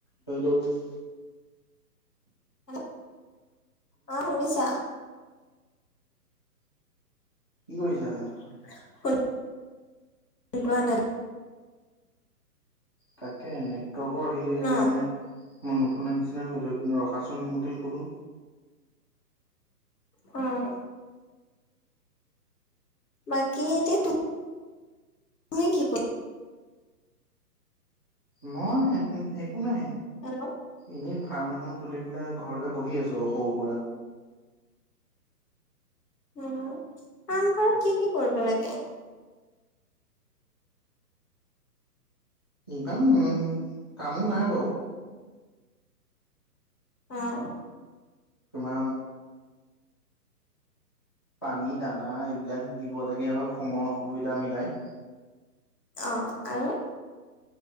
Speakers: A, on the left (about 15°); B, on the left (about 75°).
A: Hello?
B: Hello অ, শুনিছা?
A: কি কৰিছা?
B: <unintelligible>
A: তাকে নেটৱৰ্কৰ হেৰি হৈছে
B: ন
A: মানে মই নুশুনা নিচিনা হৈ গ'লো, <inaudible> ৰখাচোন বুলি ক'লো।
B: অ'। বাকী এতিয়া তুম তুমি কি ক
A: মই একো, একো নাই।
B: হেল্ল'?
A: এনেই ফাৰ্ম এখন খুলি পেলাই ঘৰতে বহি আছোঁ আউ সৰু সুৰা।
B: উম, কাম ঘৰত কি কি কৰিব লাগে?
A: ইনকাম কামো নাই বাৰু।
B: অ'।
A: তোমাৰ পানী দানা এইবিলাক দিব লাগে আৰু সময় সুবিধা মিলাই।
B: অ', আৰু?